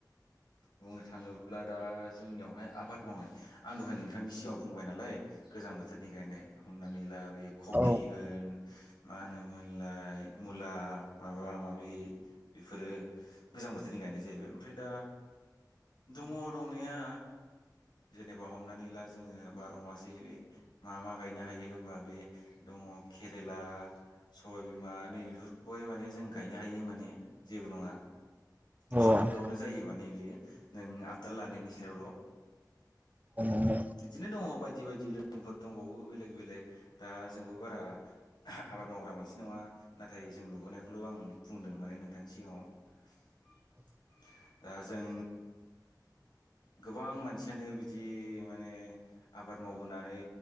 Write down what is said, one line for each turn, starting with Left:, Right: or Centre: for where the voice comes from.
Left: बुंनो थाङोब्ला दा जोंनियावहाय आबाद मावनाय आं दहाय नोंथांनि सिगाङाव बुंबाय नालाय गोजां बोथोरनि गायनाय हमनानै ला बे कफि
Right: औ
Left: होन मा होनोमोनलाय मुला माबा माबि बेफोरो गोजां बोथोरनि गायनाय जाहैबाय ओमफ्राय दा
Right: <unintelligible>
Left: दङ दंनाया जेनेबा हमनानै ला जोङो बार' मासे मा मा गायनो हायो होनबा बे दङ केरेला सबायबिमा नैबेफोरखौहाय माने जों गायनो हायो माने जेबो नङा
Right: हागोन
Left: सावनो जायो मा नै बियो नों आबदाल लानायनि सायावल'
Right: अ <inaudible>
Left: बिदिनो दङ बायदि बायदि रोंफोर दंबावो बेलेग बेलेग दा जोंबो बारा आ आबाद मावग्रा मानसि नङा नाथाय जों नुबोनायखौल' आं बुंदों माने नोंथांनि सिगाङाव
Right: औ
Left: दा जों गोबां मानसियानो बिदि माने आबाद मावबोनानै